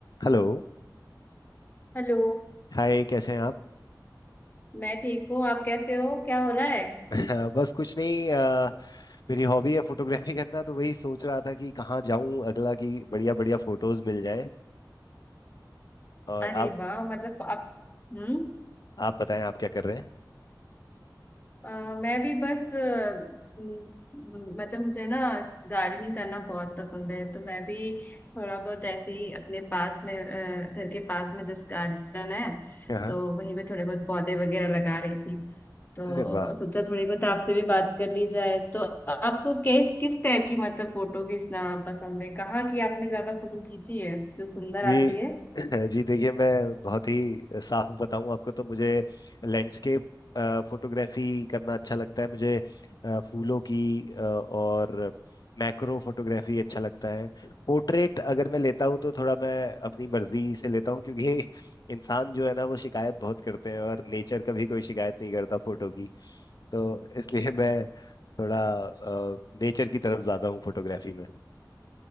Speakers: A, on the left (about 60°); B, on the left (about 25°).
A: Hello
B: Hello
A: Hi कैसे हैं आप
B: मैं ठीक हूँ आप कैसे हो क्या हो रहा है
A: <laughs> बस कुछ नहीं अ, मेरी हॉबी है फोटोग्राफी करना तो वही सोच रहा था कि कहाँ जाऊं अगला कि बढ़िया बढ़िया फोटोज मिल जाए और
B: अरे
A: आप
B: वाह मतलब आप हम्म
A: आप बताएं आप क्या कर रहे हैं
B: अ, मैं भी बस अ, हम्म, हम्म, मतलब मुझे ना गार्डनिंग करना बहुत पसंद है तो मैं भी थोड़ा बहुत ऐसे ही अपने पास में अ, घर के पास में जिस गार्डन है
A: हाँ
B: तो वहीं पे थोड़े बहुत पौधे वगैरह लगा रही थी तो
A: अरे वाह
B: सोचा थोड़ी बहुत आपसे भी बात कर ली जाए तो आपको किस किस टाइप की मतलब फोटो खींचना पसंद है कहाँ की आपने ज्यादा फोटो खींची है जो सुंदर
A: जी
B: आती है
A: <laughs> जी देखिए मैं बहुत ही साफ बताऊं आपको तो मुझे लैंडस्केप फोटोग्राफी करना अच्छा लगता है मुझे अ, फूलों की अ, और मैक्रो फोटोग्राफी अच्छा लगता है पोर्ट्रेट अगर मैं लेता हूं तो थोड़ा मैं अपनी मर्जी से लेता हूं क्योंकि <laughs> इंसान जो है ना वो शिकायत बहुत करते हैं और नेचर कभी कोई शिकायत नहीं करता फोटो की तो इसलिए <laughs> मैं थोड़ा नेचर की तरफ ज्यादा हूँ फोटोग्राफी में